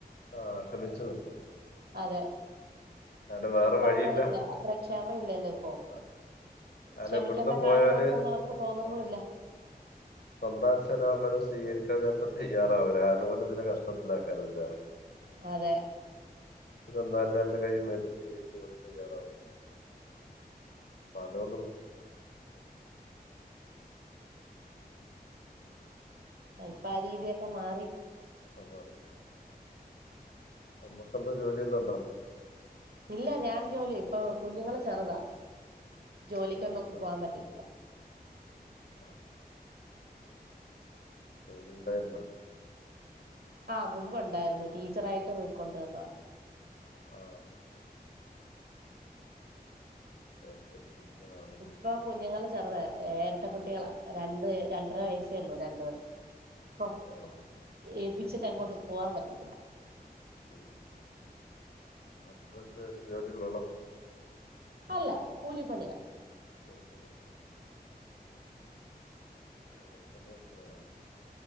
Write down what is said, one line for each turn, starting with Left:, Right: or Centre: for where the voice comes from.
Left: ആ ക്ഷമിച്ചു നിൽക്കും-
Right: അതെ
Left: കാരണം വേറെ
Right: ഇപ്പ
Left: വഴിയില്ല
Right: അങ്ങനെല്ല അത്ര ക്ഷമ ഇല്ലല്ലോ ഇപ്പൊ
Left: ആ കാരണം
Right: ക്ഷമിക്കേണ്ട
Left: ഇവിടുന്ന് പോയാല്
Right: കാര്യം ഉണ്ടെന്ന് അവർക്ക് തോനുന്നുല്ല-
Left: ആ സ്വന്തം അച്ഛനും അമ്മാനെ സ്വീകരിക്കാൻ നേര തയ്യറാവില്ല കാരണം ഓര് ഇതില് കഷ്ടത്തിലാക്ക് കേറതിലാണ്-
Right: അതെ
Left: ന്നാല് രണ്ട് കയ്യും നീട്ടി സ്വീകരിക്കാ പോലും തയ്യാറാവുല പ്പ അതൊണ്ട്
Right: ആ ഇപ്പ ആ രീതിയൊക്കെ മാറി
Left: മാറി നമ്ക്ക് എന്താ ജോലി എന്താണ്ടോ
Right: ഇല്ല ഞാൻ ജോലി ഇപ്പൊ കുഞ്ഞുങ്ങള് ചെറ്താ ജോലിക്കൊന്നും
Left: ആ
Right: പോവാൻ പറ്റത്തില്ല
Left: ആ ജോലി ഉണ്ടായിര്ന്നാേ?
Right: ആ മുമ്പ് ഉണ്ടായ്രുന്നു ടീച്ചർ ആയിട്ട് പൊയ്ക്കൊണ്ട്ര്ന്നതാ
Left: ആ അത് ശരി ടീച്ചറാണല്ലേ
Right: ഇപ്പൊ കുഞ്ഞുങ്ങള് ചെറ്താ ഏരട്ട കുട്ടികളാ രണ്ട് രണ്ടര വയസ്സേയൊള്ളു രണ്ട്പേർക്കും <unintelligible>
Left: ആ
Right: പ്പിച്ചിട്ട് എങ്ങോട്ടും പോവാം പറ്റത്തില്ല
Left: ഉം ഹസ്ബന്റ് ജോലിള്ളാളാ
Right: അല്ല കൂലിപ്പണിയാ
Left: കൂലിപ്പണിയാ പ്പം അത്രേ പ്രയാണല്ലേ